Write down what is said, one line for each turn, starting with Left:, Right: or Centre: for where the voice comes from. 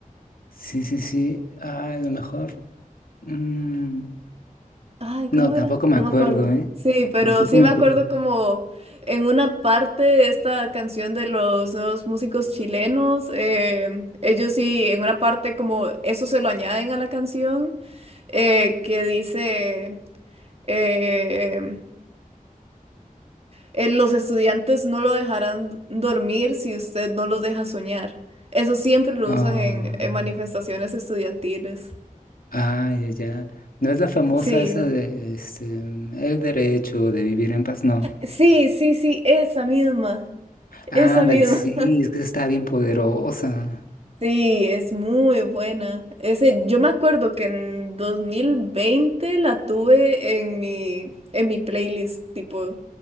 Left: Sí, sí, sí. Ah, a lo mejor. mm,
Right: Ay,
Left: No,
Right: ¿cómo
Left: tampoco
Right: era?
Left: me
Right: No
Left: acuerdo,
Right: me acuerdo.
Left: ¿eh?
Right: Sí, pero
Left: Tampoco
Right: sí
Left: me
Right: me
Left: acuerdo.
Right: acuerdo como en una parte esta canción de los nuevos músicos chilenos, eh, ellos sí, en una parte como eso se lo añaden a la canción. eh, que dice, eh, eh, los estudiantes no lo dejarán dormir si usted no los deja soñar. Eso siempre lo
Left: Ah,
Right: usan en, en manifestaciones estudiantiles.
Left: ah, ya, ya. No es la famosa
Right: Sí,
Left: esa de este, el derecho de vivir en paz, no.
Right: sí, sí, sí, esa misma,
Left: Ándale,
Right: esa misma.
Left: sí,
Right: <laughs>
Left: es que está bien poderosa.
Right: Sí, es muy buena. Ese, yo me acuerdo que en 2020 la tuve en mi, en mi playlist, tipo,